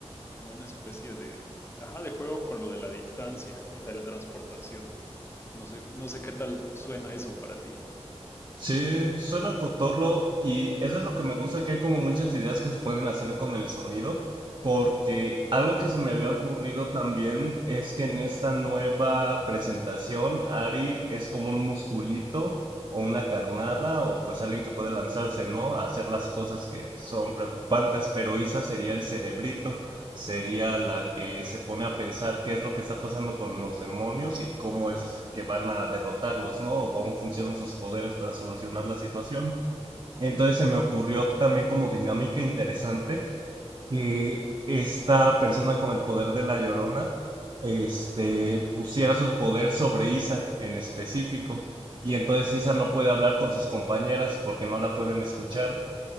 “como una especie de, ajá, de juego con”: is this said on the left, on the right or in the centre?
Left